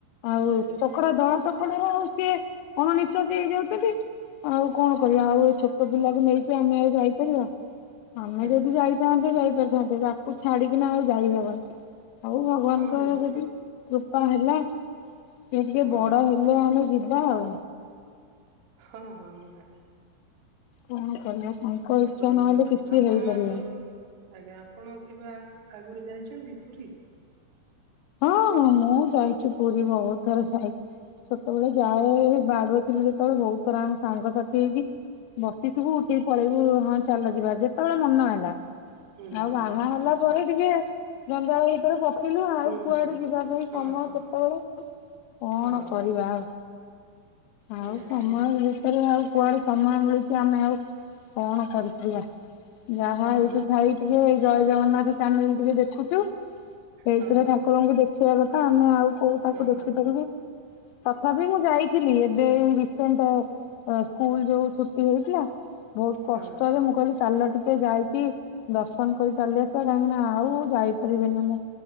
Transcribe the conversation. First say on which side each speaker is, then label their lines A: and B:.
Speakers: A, on the left (about 85°); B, on the right (about 65°).
A: ଆଉ
B: ଆଜ୍ଞା
A: କଡ ଦଳ ଚକଡ଼ାରେ ଆଉ ସିଏ ଅଣନିଶ୍ୱାସୀ ହେଇଯାଉଛନ୍ତି ଆଉ କଣ କରିବା ଆଉ ଏ ଛୋଟ ପିଲାକୁ ନେଇକି ଆମେ ଆଉ ଯାଇପାରିବା ଆମେ
B: ଆଜ୍ଞା
A: ଯଦି ଯାଇ ଥାନ୍ତେ ଯାଇପାରିଥାନ୍ତେ ତାକୁ ଛାଡିକିନା ଆଉ ଯାଇହବନି ଆଉ ଭଗବାନଙ୍କର
B: ହଁ ନିହାତି
A: ଯଦି କୃପା ହେଲା ସେ ଟିକେ
B: ହଁ
A: ବଡ ହେଲେ ଆମେ ଯିବା ଆଉ।
B: ହଁ ହଁ ନିହାତି।
A: କଣ କରିବା ତାଙ୍କ
B: ଠାକୁରଙ୍କ
A: ଇଚ୍ଛା ନହେଲେ
B: କଥା
A: କିଛି
B: ଆପଣ
A: ହେଇପାରିବନି।
B: ଆଗରୁ ଆଜ୍ଞା ଆପଣ କେବେ ଆ ଆଗରୁ ଯାଇଛନ୍ତି ପୁରୀ?
A: ହଁ ମୁଁ ଯାଇଛି ପୁରୀ ବହୁତ ଥର ଯାଇ ଛୋଟବେଳେ ଯାଏ ବାଡ଼ୁଅ ଥିଲି ଯେତେବେଳେ ବହୁତ ଥର ସାଙ୍ଗସାଥି ହେଇକି ବସିଥିବୁ ଉଠିକି ପଳେଇବୁ ହଁ ଚାଲ ଯିବା ଯେତେବେଳେ ମନ ହେଲା।
B: ହୁଁ
A: ଆଉ
B: ହୁଁ
A: ବାହା ହେଲା
B: ଆଚ୍ଛା
A: ପରେ
B: ଆଚ୍ଛା
A: ଟିକେ ଜଞ୍ଜାଳ ଭିତରେ ପଶିଲୁ ଆଉ
B: ହୁଁ
A: କୁଆଡ଼େ
B: ହୁଁ
A: ଯିବା ପାଇଁ
B: ହଁ
A: ସମୟ
B: ହଁ
A: କେତେବେଳେ କଣ
B: ହଁ
A: କରି ବାଉ। ଆଉ
B: ନିହାତି
A: ସମୟ
B: ନିହାତି
A: ଭିତରେ ଆଉ କୁଆଡ଼େ ସମୟ ମିଳୁଛି ଆମେ ଆଉ କଣ କରିପାରିବା? ଯାହା
B: ହଁ
A: ଏଇଠି ଥାଇ ଟିକେ ଏଇ ଜୟ ଜଗନ୍ନାଥ ଚ୍ୟାନେଲ ଟିକେ ଦେ ଖୁଛୁ ସେଇଥିରେ
B: ହଁ
A: ଠାକୁରଙ୍କୁ ଦେଖ ଖିବା କଥା ଆମେ ଆଉ କୋଉ ତାକୁ
B: ହଁ
A: ଦେଖିପାରିବି
B: ହଁ
A: ତଥାପି ମୁଁ ଯାଇ ଥିଲି ଏବେ ରିସେଣ୍ଟ ଏ ଯୋଉ ସ୍କୁଲ ଛୁଟି ହେଇଥିଲା। ବହୁତ କଷ୍ଟରେ
B: ହଁ
A: ମୁଁ କହିଲି ଚାଲ ଟିକେ ଯାଇକି ଦର୍ଶନ କରି ଚାଲି ଆସିବା କାହିଁକିନା ଆଉ ଯାଇପାରିବିନି ମୁଁ